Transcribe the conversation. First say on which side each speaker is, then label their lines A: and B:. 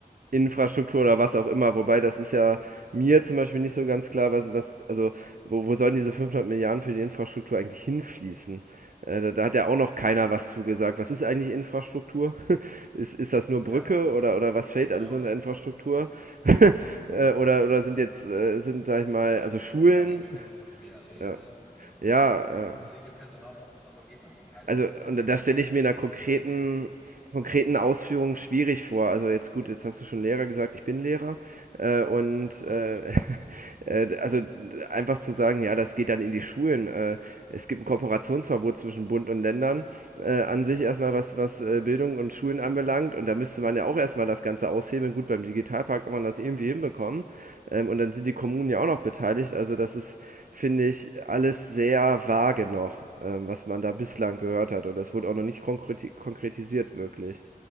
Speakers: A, on the right (about 60°); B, in the centre.
A: Infrastruktur oder was auch immer. Wobei, das ist ja mir zum Beispiel nicht so ganz klar, was, was also wo, wo sollen diese 500 Milliarden für die Infrastruktur eigentlich hinfließen? Äh, da, da hat ja auch noch keiner was zugesagt. Was ist eigentlich Infrastruktur? <laughs> ist, ist das nur
B: Ja,
A: Brücke
B: das,
A: oder, oder was fällt
B: genau,
A: alles unter Infrastruktur? <laughs> äh, oder,
B: ja.
A: oder sind jetzt, äh, sind, sag ich mal,
B: Oder
A: also
B: geht
A: Schulen?
B: das in die Ausbildung von mehr Lehrern,
A: Ja, ja
B: Krankenpflegepersonal,
A: äh,
B: was auch immer? Was heißt
A: also,
B: das genau?
A: und das
B: Ja,
A: stelle ich mir in einer konkreten,
B: absolut.
A: konkreten
B: Ja,
A: Ausführung schwierig vor. Also jetzt gut, jetzt hast du schon Lehrer gesagt, ich bin Lehrer. Äh, und
B: okay.
A: äh, <laughs>
B: Ja.
A: äh, also einfach zu sagen, ja, das geht dann in die Schulen. Äh, es gibt ein Kooperationsverbot zwischen Bund und Ländern äh, an sich erstmal, was, was äh, Bildung
B: Ah ja,
A: und Schulen
B: genau,
A: anbelangt.
B: ja.
A: Und da müsste man ja auch erstmal das Ganze aushebeln. Gut, beim Digitalpakt kann man das irgendwie hinbekommen. Ähm, und dann sind die Kommunen ja auch noch beteiligt. Also das ist, finde ich, alles sehr vage noch, ähm, was man da bislang gehört hat. Oder es wurde auch noch nicht konkreti konkretisiert wirklich,